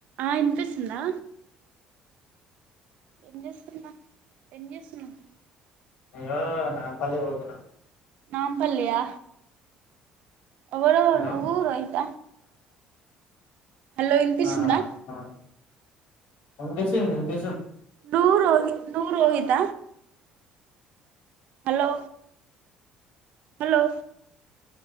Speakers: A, on the right; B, on the left.
A: ఆ వినిపిస్తుందా ఏం చేస్తున్నా ఏం చేస్తున్నావు
B: నేను నాంపల్లి పోతున్న
A: నాంపల్లి హ ఎవరెవరు
B: హలో
A: నువ్వు రోహిత హలో ఇనిపిస్తుందా
B: ఆహా ఆహా ఓకే వినిపిస్తుంది వినిపిస్తుంది
A: నువ్వు రుహి నువ్వు రోహిత హలో హలో